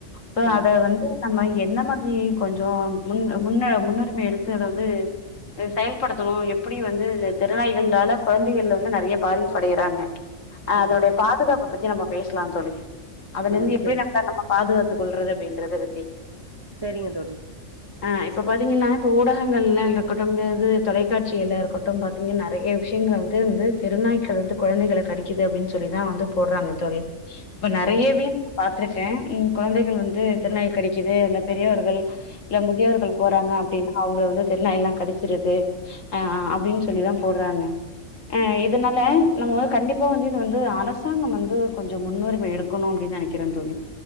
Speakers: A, on the left; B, on the right.
A: சோ
B: ம்
A: அத வந்து நம்ம என்ன மாதிரி கொஞ்சொ முன் முன்ன முன்ன நம்ம எடுத்து அத வந்து செயல்படுத்தணு எப்படி வந்து இந்த தெருநாய்கள்னால கொழந்தைகள் வந்து நிறைய பாதிப்படையறாங்க அ
B: ம்
A: அதோட பாதுகாப்ப பத்தி நம்ம பேசலா தோழி அதுல
B: ம்
A: இந்து எப்டி
B: சரி
A: நம்மள நம்ம பாதுகாத் து கொல்றது அப்டின்றத பத்தி
B: சேரிங்க தோழி
A: ஆ இப்ப பாத்தீங்கன்னா ப்ப ஊடகங்கள்லாம் இருக்கட்டும்து தொலைக்காட்சி எல்லா இருக்கட்டு பாத்தீங்கன்ன நிறைய விஷயங்களை வந்து வந்து திருநாய்க்கள் வந்து கொழந்தங்களை கடிக்குது அப்டின் சொல்லிதா வந்து போடுறாங்க தோழி இப்ப நிறையவே
B: ம்
A: பா ட்ருக்கே கொழந்தகள் வந்து தெருநாய் கடிக்குது இல்ல பெரியவர் ர்கள் இல்ல முதியோர்கள் போறாங்க அப்டின்னா ஒங்கள வந்து தெருநாய் எல்லா கடிச்சிருது அ அப்டின்னு சொல்லிதா போடுறாங்க ஆ இதனால நம்ம வ கண்டிப்பா வந்து இது வந்து அரசாங்கம் வந்து கொஞ்சோ முன்னுரிமை எடுக்கணு அப்டின்னு நெனைக்கிறே தோழி